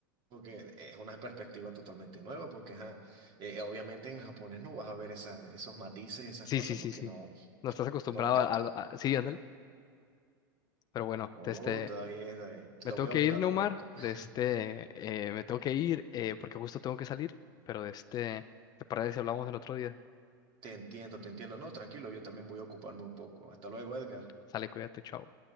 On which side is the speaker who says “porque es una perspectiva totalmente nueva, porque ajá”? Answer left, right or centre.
Right